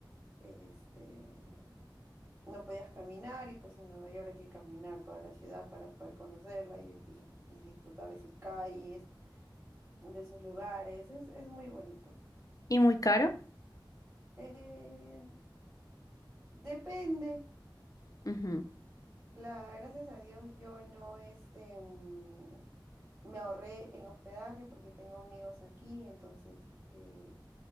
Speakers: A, on the right (about 25°); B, on the left (about 45°).
A: este, no podías caminar y pues en Nueva York hay que caminar toda la ciudad para poder conocerla y, y- y disfrutar de sus calles, de sus lugares. Es, es muy bonito.
B: ¿Y muy caro?
A: Eh, depende.
B: Ujú.
A: La, gracias a Dios yo no este, mm, me ahorré en hospedaje porque tengo amigos aquí, entonces eh,